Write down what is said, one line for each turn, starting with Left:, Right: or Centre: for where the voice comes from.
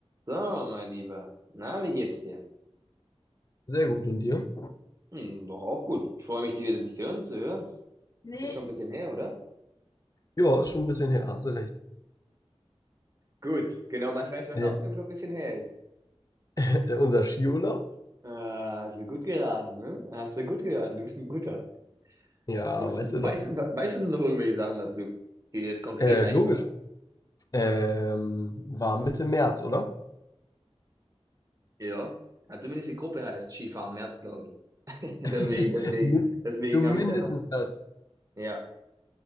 Right: So, mein Lieber. Na, wie geht's dir?
Left: Sehr gut. Und dir?
Right: Hm, doch auch gut. Ich freue mich, dich wieder dich hören zu hören.
Left: Nee,
Right: Ist schon ein bisschen her, oder?
Left: Ja, ist schon ein bisschen her, hast du recht.
Right: Gut, genau. Was weißt du, was
Left: Ähm,
Right: auch schon ein bisschen her ist?
Left: <laughs> unser Skiurlaub?
Right: Äh, hast du gut geraten, ne? Hast du gut geraten. Du bist ein Guter.
Left: Ja,
Right: Du bist,
Left: weißt
Right: weißt,
Left: du doch.
Right: du- weißt du noch irgendwelche Sachen dazu, die dir jetzt konkret
Left: Äh,
Right: einfallen?
Left: logisch. Ähm, war Mitte März, oder?
Right: Ja. Also zumindest die Gruppe heißt Skifahren März, glaube ich. <laughs> Deswegen,
Left: <laughs>
Right: deswegen,
Left: Min-
Right: deswegen
Left: Zumindestens
Right: habe ich da noch.
Left: das.
Right: Ja.